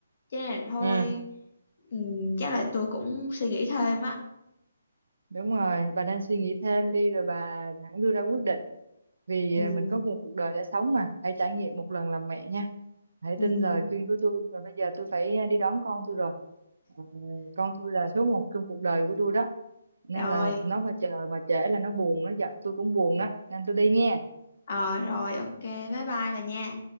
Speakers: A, on the left; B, on the right.
A: cho nên là thôi
B: ừ
A: ừm, chắc là tôi cũng suy nghĩ thêm á
B: đúng rồi bà nên suy nghĩ thêm đi rồi bà hẳn đưa ra quyết định vì
A: Ừm,
B: à, mình có một cuộc đời đã sống mà hãy trải nghiệm một lần làm mẹ nha hãy
A: ừm,
B: tin lời khuyên của tôi và bây giờ tôi phải à, đi đón con tôi rồi Ờ, con tôi là số một trong cuộc đời của tôi đó nên
A: rồi
B: là nó mà chờ mà trễ là nó buồn nó giận tôi cũng buồn đó nên tôi đi nghe
A: ờ rồi ok bye bye bà nha